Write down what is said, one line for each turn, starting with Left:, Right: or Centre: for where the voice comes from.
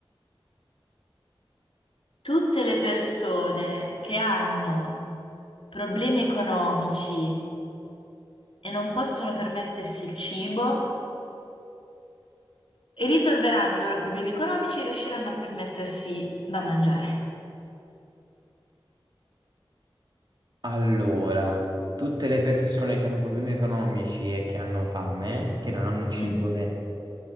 Left: tutte le persone che hanno problemi economici e non possono permettersi il cibo, risolveranno i loro problemi economici e riusciranno a permettersi da mangiare.
Right: Allora, tutte le persone che hanno problemi economici e che hanno fame, che non hanno cibo,
Left: Mm,
Right: le-